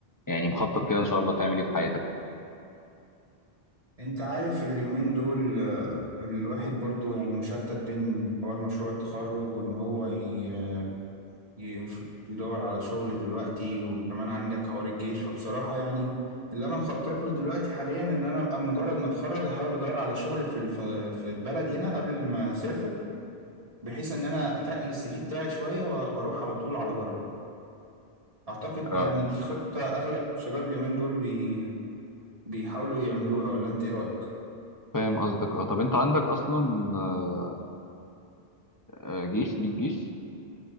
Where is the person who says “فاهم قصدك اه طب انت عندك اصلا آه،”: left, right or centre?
Left